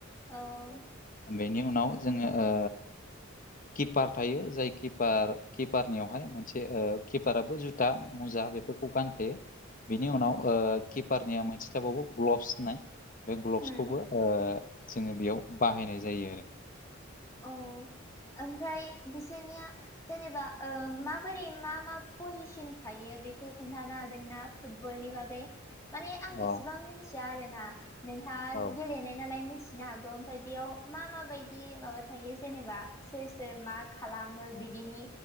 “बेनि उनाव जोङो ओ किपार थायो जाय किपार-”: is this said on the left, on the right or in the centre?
Left